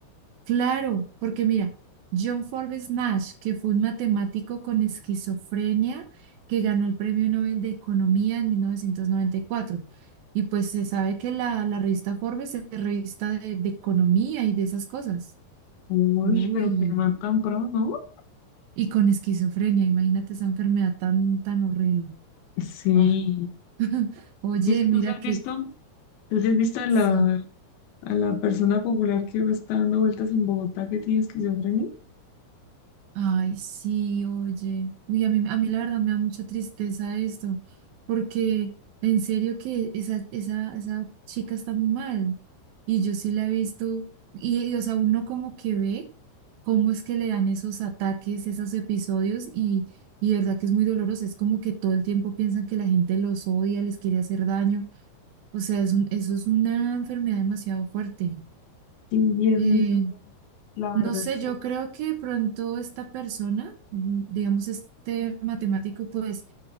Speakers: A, on the right; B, on the left.
A: Claro, porque mira, John Forbes Nash, que fue un matemático con esquizofrenia que ganó el Premio Nobel de Economía en 1994. Y cuatro. Y pues se sabe que la, la revista Forbes es revista de, de economía y de esas cosas.
B: Uy,
A: Uy,
B: pero qué man tan pro, ¿no?
A: y con esquizofrenia, imagínate esa enfermedad tan, tan horrible.
B: Sí.
A: Oh. <laughs> Oye,
B: ¿Y si
A: mira
B: tú sí has
A: que
B: visto, tú sí has visto a la,
A: sí.
B: a la persona popular que está dando vueltas en Bogotá que tiene esquizofrenia?
A: Ay, sí, oye. Uy, a mí, a mí la verdad me da mucha tristeza esto, porque en serio que esa, esa, esa chica está muy mal. Y yo sí la he visto, y, y, o sea, uno como que ve cómo es que le dan esos ataques, esos episodios, y, y de verdad que es muy doloroso. Es como que todo el tiempo piensan que la gente los odia, les quiere hacer daño. O sea, es un, eso es una enfermedad demasiado fuerte.
B: Sí, y es
A: Eh,
B: muy duro, la
A: no
B: verdad.
A: sé, yo
B: que-
A: creo que de pronto esta persona, mm, digamos este matemático, pues